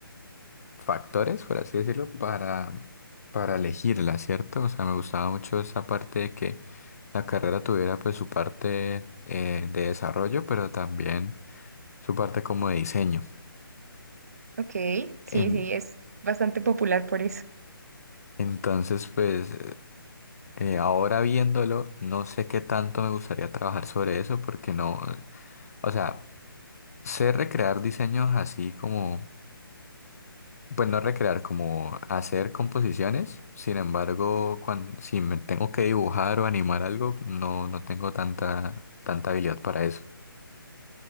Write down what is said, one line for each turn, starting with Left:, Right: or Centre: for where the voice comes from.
Left: factores, por así decirlo, para, para elegirla, ¿cierto? O sea, me gustaba mucho esa parte de que la carrera tuviera pues su parte eh, de desarrollo, pero también su parte como de diseño.
Right: Ok, sí,
Left: En-
Right: sí, es bastante popular por eso.
Left: entonces, pues Eh, ahora viéndolo, no sé qué tanto me gustaría trabajar sobre eso porque no, o sea, sé recrear diseños así como, pues no recrear, como hacer composiciones, sin embargo, cuando si me tengo que dibujar o animar algo, no, no tengo tanta, tanta habilidad para eso.